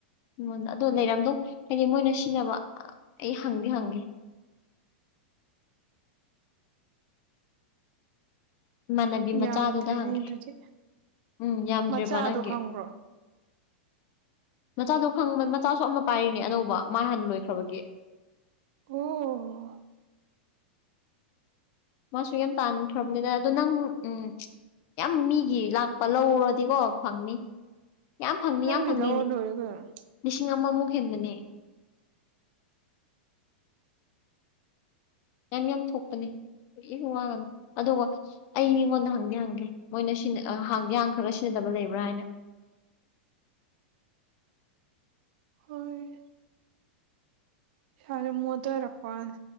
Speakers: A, on the left; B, on the right.
A: ꯑꯩꯉꯣꯟꯗ ꯑꯗꯣ ꯂꯩꯔꯝꯗꯧ ꯍꯥꯏꯗꯤꯃꯣꯏꯅ ꯁꯤꯖꯤꯟꯅꯕ ꯑꯩ ꯍꯪꯗꯤ ꯍꯪꯒꯦ ꯏꯃꯥꯟꯅꯕꯤ
B: ꯌꯥꯝꯗ꯭ꯔꯦꯅꯦ
A: ꯃꯆꯥꯗꯨꯗ ꯍꯪꯒꯦ
B: ꯑꯗꯨꯗꯤ
A: ꯎꯝ ꯌꯥꯝꯗ꯭ꯔꯦꯕ
B: ꯃꯆꯥꯗꯣ
A: ꯅꯪꯒꯤ
B: ꯈꯪꯕ꯭ꯔꯣ
A: ꯃꯆꯥꯗꯣ ꯈꯪꯕ ꯃꯆꯥꯁꯨ ꯑꯃ ꯄꯥꯏꯔꯤꯅꯦ ꯑꯅꯧꯕ ꯃꯥ ꯍꯥꯟꯅ ꯂꯣꯏꯈ꯭ꯔꯕꯒꯤ
B: ꯑꯣ
A: ꯃꯥꯁꯨ ꯌꯥꯝ ꯇꯥꯟꯈ꯭ꯔꯕꯅꯤꯅꯦ ꯑꯗꯣ ꯅꯪ ꯎꯝ ꯌꯥꯝ ꯃꯤꯒꯤ ꯂꯥꯛꯄ ꯂꯧꯔꯗꯤꯀꯣ ꯐꯪꯅꯤ ꯌꯥꯝ ꯐꯪꯅꯤ
B: ꯅꯪꯒꯤ
A: ꯌꯥꯝ ꯐꯪꯅꯤ
B: ꯂꯧꯔ ꯂꯣꯏꯔꯦ ꯀꯩꯅꯣ
A: ꯂꯤꯁꯤꯡ ꯑꯃꯃꯨꯛ ꯍꯦꯟꯕꯅꯦ ꯌꯥꯝ ꯌꯥꯝ ꯊꯣꯛꯄꯅꯦ ꯀꯔꯤꯁꯨ ꯋꯥꯒꯅꯣ ꯑꯗꯨꯒ ꯑꯩ ꯃꯤꯉꯣꯟꯗ ꯍꯪꯗꯤ ꯍꯪꯒꯦ ꯃꯣꯏꯅ ꯁꯤ ꯑꯥ ꯍꯥꯡꯗꯤ ꯍꯥꯡꯈ꯭ꯔꯒ ꯁꯤꯟꯅꯗꯕ ꯂꯩꯕ꯭ꯔꯥ ꯍꯥꯏꯅ
B: ꯍꯣꯏ ꯏꯁꯥꯁꯦ ꯃꯣꯗꯔꯛꯄꯋꯥꯅꯦ